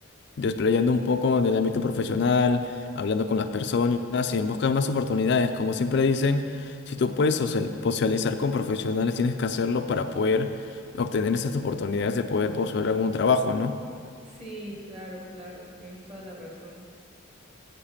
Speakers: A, on the left; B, on the right.
A: desplayando un poco en el ámbito profesional, hablando con las personas y en busca de más oportunidades. Como siempre dicen, si tú puedes social- socializar con profesionales, tienes que hacerlo para poder obtener esas oportunidades de poder postular algún trabajo, ¿no?
B: Sí, claro, claro, tienes toda la razón.